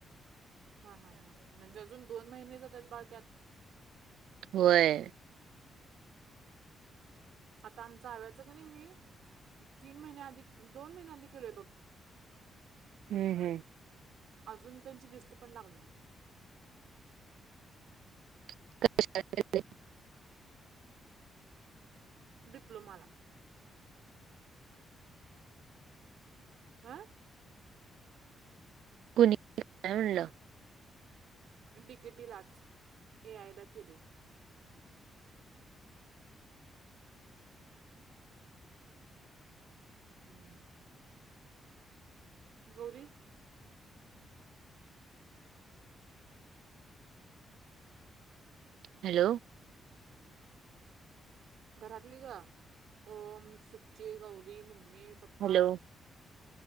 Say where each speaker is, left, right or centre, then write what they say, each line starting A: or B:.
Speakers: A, on the right; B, on the right.
A: हा हा हा. म्हणजे अजून दोन महिने जात्यात बाळ त्यात.
B: होय.
A: आता आमचं आव्याचं कनई मी तीन महिन्याआधी, दोन महिन्याआधी केलोय बघ.
B: हम्म हम्म.
A: अजून त्यांची लिस्ट पण लागली नाही.
B: <unintelligible>
A: डिप्लोमाला. हा?
B: <unintelligible> काय म्हणलं?
A: डिकेटीलाच एआयला केली. हम्म. गौरी
B: हॅलो.
A: घरातली गं Om, Suchi, Gauri, mummy, papa
B: hello